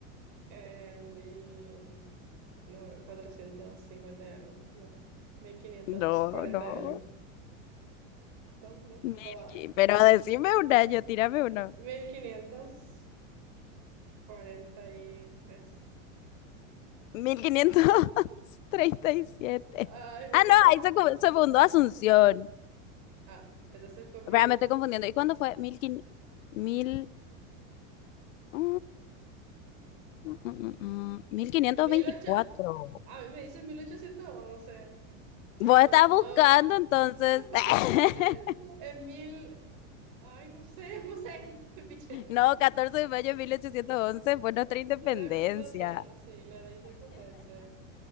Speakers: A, on the right (about 50°); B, on the left (about 75°).
A: Eh, mil no, 450 y algo, ¿no? mil quinientos
B: No,
A: cuarenta
B: no,
A: y algo, ¿no? No,
B: Milky,
A: no,
B: pero decime un año, tírame uno.
A: mil quinientos cuarenta y tres
B: mil quinientos treinta y siete
A: Ay, bueno,
B: Ah, no,
A: pero...
B: ahí se, se fundó Asunción.
A: Ah, entonces fue mil...
B: Espera, me estoy confundiendo. ¿Y cuándo fue? Mil, quin- mil, mm, mm, mm, mm, 1524.
A: 1800... A mí me dice mil ochocientos once Se
B: Vos
A: fundó
B: estás buscando entonces.
A: <laughs>
B: <laughs>
A: en mil... Ay, no sé, no sé. <laughs> me piché.
B: No, 14 de mayo de 1811 fue nuestra independencia.
A: La fundación, sí, la de independencia.